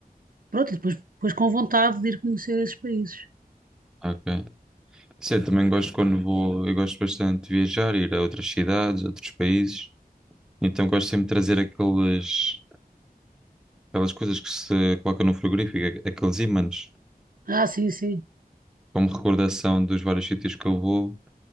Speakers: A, on the right; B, in the centre.
A: pronto, e depois, depois com vontade de ir conhecer esses países.
B: Ok. Sim, eu também gosto quando vou, eu gosto bastante de viajar, ir a outras cidades, outros países. Então, gosto sempre de trazer aquelas, aquelas coisas que se colocam no frigorífico, aqueles ímãs,
A: Ah, sim, sim.
B: como recordação dos vários sítios que eu vou.